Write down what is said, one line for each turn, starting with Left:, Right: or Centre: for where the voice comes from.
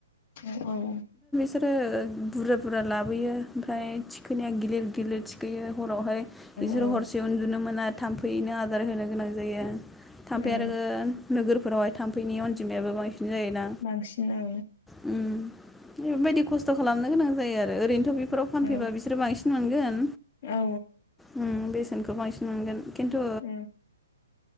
Left: औ औ।
Centre: सोरो बुरजा बुरजा लाबोयो ओमफ्राय थिखोनाया गिलिर गिलिर थिखोयो हरावहाय बिसोरो
Left: औ
Centre: हरसे उन्दुनो मोना आरो थाम्फैनो आदार होनो गोनां जायो। थाम्फैया
Left: औ
Centre: आरो नोगोर बेफोरावहाय थाम्फैनि अनजियाबो बां सिन जायोना।
Left: बांसिन औ
Centre: उम। बेफोरबायदि खस्थ' खालामनो गोनां जायो आरो ओरैनो बेफोराव फानफैबा
Left: औ
Centre: बिसोरो बांसिन मोनगोन।
Left: औ
Centre: उम बे सेनखौ बांसिन मोनगोन। खिन्थु
Left: औ